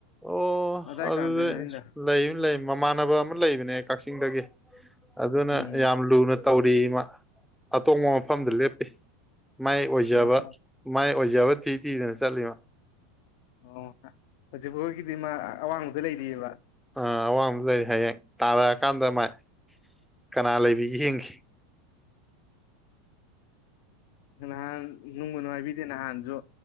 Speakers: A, in the centre; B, on the left.
A: ꯑꯣ
B: ꯑꯗꯥꯏ
A: ꯑꯗꯨꯗ
B: ꯀꯥꯟꯗꯨꯗꯅꯤꯗ
A: ꯂꯩ ꯂꯩ ꯃꯃꯥꯟꯅꯕ ꯑꯃ ꯂꯩꯕꯅꯦ ꯀꯛꯆꯤꯡꯗꯒꯤ ꯑꯗꯨꯅ
B: ꯎꯝ
A: ꯌꯥꯝ ꯂꯨꯅ ꯇꯧꯔꯤ ꯏꯃ ꯑꯇꯣꯡꯕ ꯃꯐꯝꯗ ꯂꯦꯞꯄꯤ ꯃꯥꯏ ꯑꯣꯏꯖꯕ
B: ꯑꯣ
A: ꯃꯥꯏ ꯑꯣꯏꯖꯕ ꯊꯤ ꯇꯤꯗꯅ ꯆꯠꯂꯤꯕ
B: ꯑꯣ ꯍꯧꯖꯤꯛꯐꯣꯏꯒꯤꯗꯤ ꯃꯥ ꯑꯋꯥꯡꯕꯗ ꯂꯩꯔꯤꯑꯕ
A: ꯑꯥ ꯑꯋꯥꯡꯕ ꯂꯩꯔ ꯍꯌꯦꯡ ꯇꯥꯔꯛꯑꯀꯥꯟꯗ ꯃꯥꯥꯏ ꯀꯅꯥ ꯂꯩꯕꯤꯒꯦ ꯌꯦꯡꯈꯤ
B: ꯍꯥꯟ ꯅꯣꯡꯕꯣ ꯅꯅꯨꯡꯥꯏ ꯁꯤꯗꯤ ꯅꯍꯥꯟꯁꯨ